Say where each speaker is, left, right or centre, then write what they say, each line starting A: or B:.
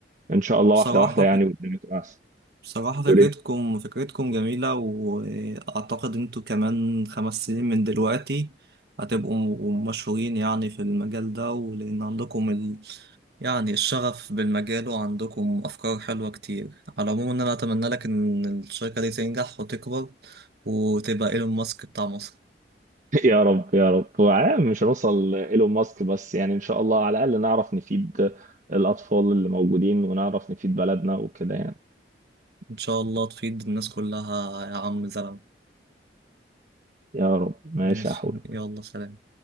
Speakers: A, on the right (about 45°); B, on the right (about 60°).
A: ان شاء الله
B: بصراحة
A: واحده واحده يعني والدنيا تبقى احسن
B: بصراحة
A: بتقول
B: فكرتكم
A: ايه
B: فكرتكم جميلة وأعتقد أنتوا كمان خمس سنين من دلوقتي هتبقوا مشهورين يعني في المجال ده ولأن عندكم ال... يعني الشغف بالمجال وعندكم أفكار حلوة كتير على العموم إن أنا أتمنى لك إن الشركة دي تنجح وتكبر وتبقى إيلون ماسك بتاع مصر
A: <laughs> يا رب يا رب هو عام مش هنوصل ايلون ماسك بس يعني ان شاء الله على الاقل نعرف نفيد الاطفال اللي موجودين ونعرف نفيد بلدنا وكده يعني
B: إن شاء الله تفيد الناس كلها يا عم زلمة
A: يا رب ماشي
B: ماشي
A: يا حود
B: يلا سلام